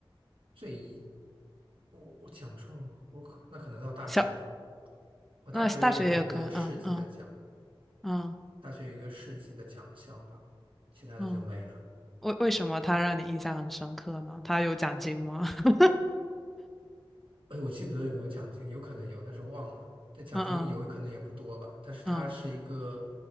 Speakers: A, on the right (about 70°); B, in the centre.
A: 最一，我我奖状，我可那可能到大学嘞。
B: 小，
A: 我大学有一个市级的奖，
B: 那大学也可以。嗯嗯嗯
A: 大学有一个市级的奖项吧，其他的就没了。
B: 嗯为为什么他让你印象很深刻呢？他有奖金吗？<laughs>
A: 哎，我记不得有没有奖金，有可能有，但是忘了。这奖金有可能也不多吧，
B: 嗯
A: 但是它是一个，
B: 嗯